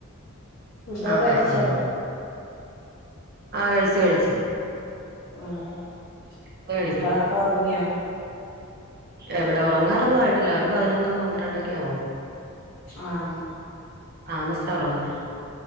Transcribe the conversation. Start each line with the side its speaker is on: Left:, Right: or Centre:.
Left: ഫുഡൊക്കെ
Right: ആഹ്
Left: കഴിച്ചോ
Right: ആഹ് ആഹ് ആഹ് കഴിച്ചു കഴിച്ചു
Left: ഉം ഹ്
Right: ഇപ്പൊ കഴിക്കും
Left: മക്കളക്കെ ഒറങ്ങിയോ
Right: എവിടെ ഒറങ്ങാറൊന്നും ആയിട്ടില്ല ഒരു പതിനൊന്ന് പന്ത്രണ്ടൊക്കെ ആവും
Left: ആഹ്
Right: താമസിച്ചാ ഒറങ്ങുന്നേ